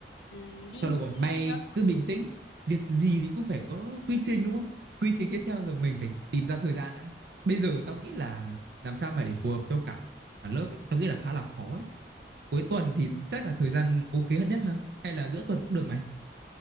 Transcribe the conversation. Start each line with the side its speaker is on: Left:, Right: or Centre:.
Left: ừm, ghi
Right: thôi được rồi
Left: ghi
Right: mày
Left: nhớ
Right: cứ bình tĩnh việc gì thì cũng phải có quy trình đúng không quy trình tiếp theo rồi mình phải tìm ra thời gian đã bây giờ tao nghĩ là làm sao mà để phù hợp cho cả cả lớp ấy, tao nghĩ là khá là khó ấy. cuối tuần thì chắc là thời gian ok hết nhất ha hay là giữa tuần cũng được mày